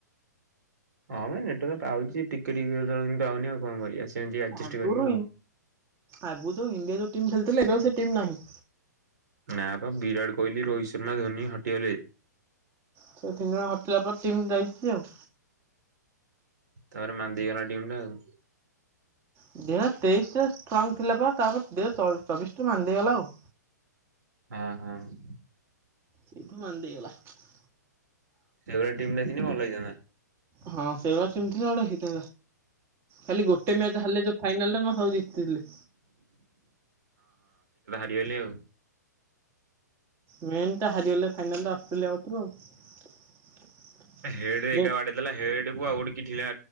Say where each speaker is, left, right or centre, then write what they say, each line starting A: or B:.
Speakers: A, on the right; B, on the right.
A: ହଁ ଆ ନେଟକ ପାଉଛି ଟିକେ ଟିକ ପାଉନି ଆଉ କଣ କରିବା ସେମିତି ଆଡଜଷ୍ଟ
B: ଆଗରୁ
A: କରିବା ଆଉ।
B: ଆଗରୁ ତ ଇଣ୍ଡିଆ ଟିମ୍ ଖେଳିଥିଲେ ଏବେ ଆ ସେ ଟିମ୍ ନାହିଁ।
A: ନା ବା ବିରାଟ କୋହଲି ରୋହିତ ଶର୍ମା ଧୋନି ହଟିଗଲେ।
B: ସେ ତିନି ଜଣ ହଟିଲା ପରେ ଟିମ ଯାଇଛି ଆଉ।
A: ତାପରେ ମାନ୍ଦି ଗଲା ଡିମ୍ ଟା ଆଉ।
B: ଦି ହଜାର ତେଇଶିରେ ଷ୍ଟ୍ରଙ୍ଗ ଥିଲା ପରେ ତାପରେ ଦହଜାର ଚବିଶଠୁ ମନ୍ଦି ହେଇେଇଗଲା ଆଉ।
A: ହଁ ହଁ।
B: ସେଇଠୁ ମନ୍ଦି ଦେଇଗଲା।
A: ସେଇ ଟିମ ଟା ଦିନ ଭଲ ହେଇଥାନ୍ତା।
B: ହଁ ସେଇବା ସେମିତିଡ ହେଇତ ଖାଲି ଗୋଟେ ମ୍ୟାଚ ହେଲେ ଯୋଉ ଫାଇନାଲରେ ନ ହଉ ଜିତିଥିଲି।
A: ହେଲେ ଆଉ।
B: ମେନ୍ ଟା ହାରିଗଲେ ଫାଇନାଲା ଅଷ୍ଟ୍ରେଲିଆ ହଉଥିବ ଆଉ।
A: ହେଡ ଏକ
B: ଯେ
A: ଆଡ଼ଦୋ ହେଡକୁ ଆଉଡିକ କିଠିଆ